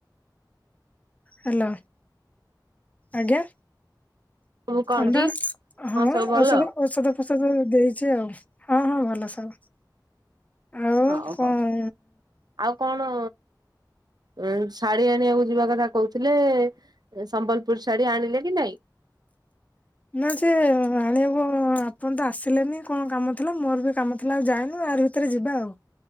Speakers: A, on the left; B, on the right.
A: ହ୍ୟାଲୋ ଆଜ୍ଞା।
B: ସବୁ କଣ
A: ଥଣ୍ଡା
B: ଟି
A: ହଁ
B: କଣ ସବୁ ଭଲ
A: ଔଷଧ ଔଷଧ ଔ ଦେଇଛି ଆଉ ହଁ ହଁ ଭଲ ସବୁ। ଆଉ
B: ହଁ
A: କଣ
B: ହଉ ଆଉ କଣ? ଉ ଶାଢୀ ଆଣିବାକୁ ଯିବା କଥା କହୁଥିଲେ ସମ୍ବଲପୁର ଶାଢୀ ଆଣିଲେ କି ନାଇଁ।
A: ନା ସେି ଆଣହବ ଆପଣ ତ ଆସିଲେନି କଣ କାମ ଥିଲା ମୋର ବି କାମ ଥିଲା ଆଉ ଯାଇନୁ ଆ ଭ ଯିବା ଆଉ।